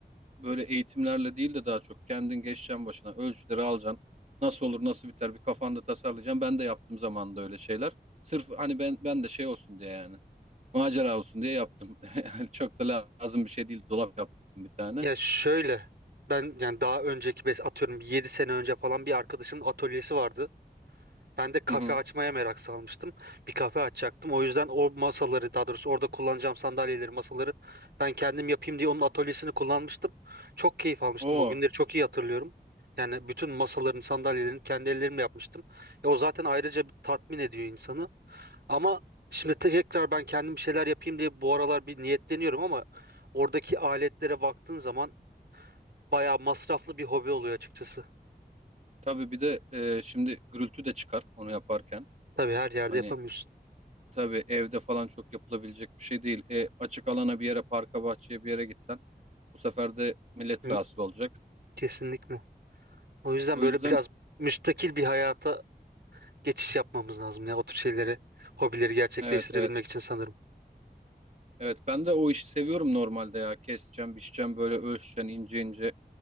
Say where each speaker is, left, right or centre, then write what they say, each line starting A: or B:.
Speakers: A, on the right (about 45°); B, on the right (about 75°).
A: böyle eğitimlerle değil de daha çok kendin geçeceksin başına ölçüleri alacaksın. Nasıl olur nasıl biter bir kafanda tasarlayacaksın. Ben de yaptım zamanında öyle şeyler. Sırf hani ben ben de şey olsun diye yani macera olsun diye yaptım. <laughs> Yani çok da lazım bir şey değil dolap yaptım bir tane.
B: Ya şöyle ben yani daha önceki bes- atıyorum 7 sene önce falan bir arkadaşımın atölyesi vardı. Ben de kafe
A: Hı hı.
B: açmaya merak salmıştım. Bir kafe açacaktım. O yüzden o masaları, daha doğrusu orada kullanacağım sandalyeleri, masaları ben kendim yapayım diye onun atölyesini kullanmıştım. Çok keyif almıştım.
A: O
B: O günleri çok iyi hatırlıyorum. Yani bütün masaların, sandalyelerini kendi ellerimle yapmıştım. E o zaten ayrıca bir tatmin ediyor insanı. Ama şimdi tekrar ben kendim bir şeyler yapayım diye bu aralar bir niyetleniyorum ama oradaki aletlere baktığın zaman bayağı masraflı bir hobi oluyor açıkçası.
A: tabii bir de e, şimdi gürültü de çıkar onu yaparken.
B: Tabii her yerde
A: Hani
B: yapamıyorsun.
A: tabii evde falan çok yapılabilecek bir şey değil. E, açık alana bir yere parka bahçeye bir yere gitsen. Bu sefer de millet
B: Hı,
A: rahatsız olacak.
B: Kesinlikle. O yüzden
A: O
B: böyle
A: yüzden
B: biraz müstakil bir hayata geçiş yapmamız lazım ya o tür şeyleri, hobileri gerçekleştirebilmek
A: evet evet.
B: için sanırım.
A: Evet ben de o işi seviyorum normalde ya. Keseceğim, biçeceğim böyle ölçeceğim ince ince.